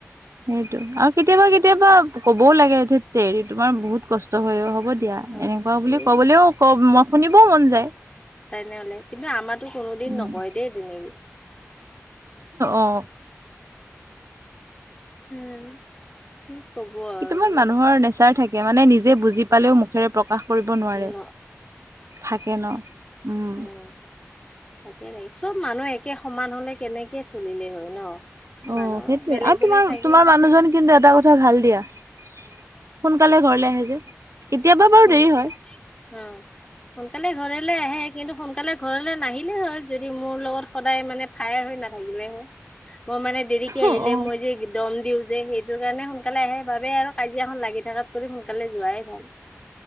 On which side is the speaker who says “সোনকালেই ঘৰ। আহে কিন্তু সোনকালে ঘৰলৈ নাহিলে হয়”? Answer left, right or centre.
Left